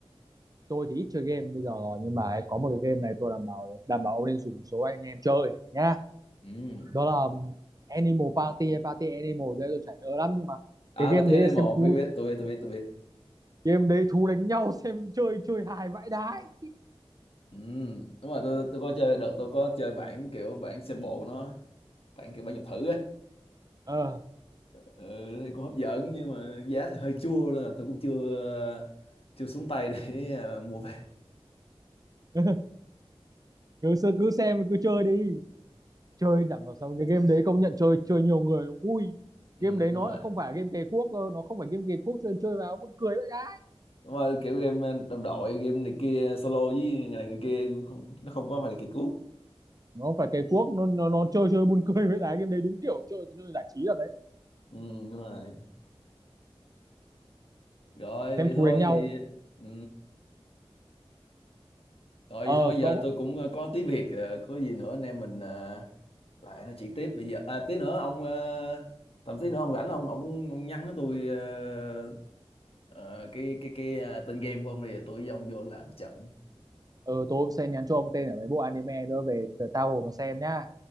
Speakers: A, on the right (about 35°); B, on the left (about 65°).
A: tôi thì ít chơi game bây giờ rồi nhưng mà có một cái game này tôi đảm bảo đảm bảo ông nên rủ một số anh em chơi nhá
B: ừ
A: đó là um, Animal Party hay Party Animal đấy tôi chảy nhớ lắm nhưng mà
B: à
A: cái game
B: bà Tiên
A: đấy là xem
B: M1 biết
A: thú
B: biết tôi biết tôi biết tôi biết
A: game đấy thú đánh nhau <laughs> xem chơi chơi hài vãi đái
B: ừ. đúng rồi tôi tôi có chơi đợt tôi có chơi bản kiểu bản sample của nó bản kiểu bản dùng thử á
A: ờ à.
B: ừ, thì cũng hấp dẫn nhưng mà giá thì hơi chua nên là tôi cũng chưa chưa xuống tay để <laughs> à, mua về
A: <laughs> cứ cứ xem cứ chơi đi chơi đảm bảo sao cái game đấy công nhận chơi chơi nhiều người vui
B: ừ,
A: game đấy
B: đúng
A: nó
B: rồi
A: lại không phải game cày cuốc nó không phải game cày cuốc chơi chơi vào buồn cười vậy đấy
B: đúng rồi kiểu game à, đồng đội game này kia solo với người này người kia cũng không nó không có phải là kỳ cú
A: nó phải cày cuốc nó nó, nó chơi chơi buồn <laughs> cười vậy đấy game đấy đúng kiểu chơi chơi giải trí rồi đấy
B: ừ, đúng rồi rồi
A: xem
B: vậy thôi
A: thú đánh nhau
B: thì ừ. rồi
A: ờ
B: vậy thôi giờ
A: có
B: tôi cũng ờ, có tí việc ờ, có gì nữa anh em mình ờ, lại nói chuyện tiếp bây giờ à, tí nữa ông ờ, tầm tí nữa ông rảnh ông ông, ông nhắn cho tôi ờ, ờ, cái cái cái ờ, tên game của ông đi tôi với ông vô làm trận
A: ờ tôi sẽ nhắn cho ông tên ở mấy bộ anime nữa về tao hồ mà xem nhá